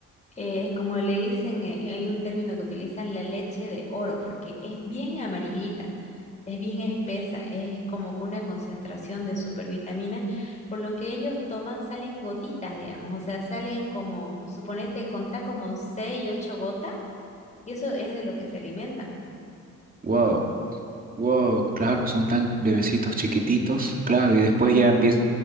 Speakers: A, on the left (about 25°); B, on the right (about 30°).
A: Eh, como le dicen, eh, hay un término que utilizan la leche de oro, porque es bien amarillita, es bien espesa, es como que una concentración de supervitaminas, por lo que ellos toman, salen gotitas, digamos, o sea, salen como, suponete, contá como 6 y 8 gotas, y eso es de lo que se alimentan.
B: Wow. Wow, claro, son tan bebecitos chiquititos, claro, y después ya empieza,